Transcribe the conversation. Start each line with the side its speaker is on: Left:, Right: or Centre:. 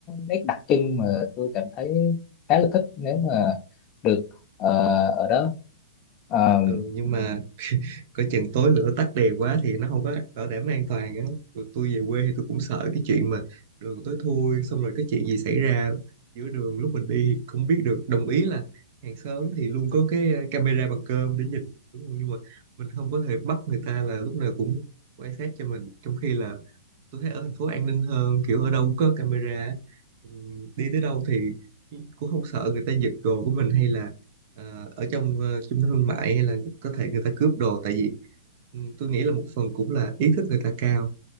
Left: nét đặc trưng mà tôi cảm thấy khá là thích nếu mà được ờ, ở đó Ờ,
Right: ừ nhưng mà coi chừng tối lửa tắt đèn quá thì nó không có bảo đảm an toàn á Tụi tôi về quê thì tôi cũng sợ cái chuyện mà đường tối thui xong rồi cái chuyện gì xảy ra giữa đường lúc mình đi thì không biết được đồng ý là hàng xóm thì luôn có cái ờ, camera bằng cơm để nhìn đúng không nhưng mà mình không có thể bắt người ta là lúc nào cũng quan sát cho mình trong khi là tôi thấy ở thành phố an ninh hơn kiểu ở đâu cũng có camera Ừm, đi tới đâu thì cũng không sợ người ta giật đồ của mình hay là ờ, ở trong ờ, trung tâm thương mại hay là có thể người ta cướp đồ tại vì ừm, tôi nghĩ là một phần cũng là ý thức người ta cao